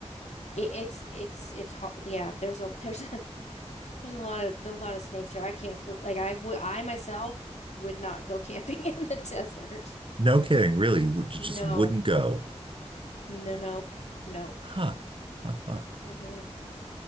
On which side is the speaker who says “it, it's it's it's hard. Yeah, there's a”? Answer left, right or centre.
Left